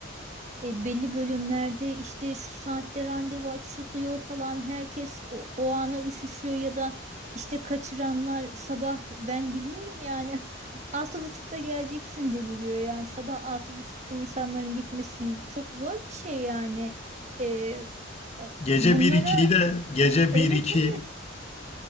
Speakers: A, on the right; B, on the left.
A: e, e, belli bölümlerde işte şu saatte randevu açılıyor falan herkes o, o ana üşüşüyor ya da işte kaçıranlar sabah ben biliyorum yani <laughs> altı buçukta geleceksin deniliyor. Yani sabah altı buçukta insanların gitmesinin çok zor bir şey yani. Ee,
B: Gece
A: bunlara
B: bir 2yi de gece
A: evet
B: bir iki
A: evet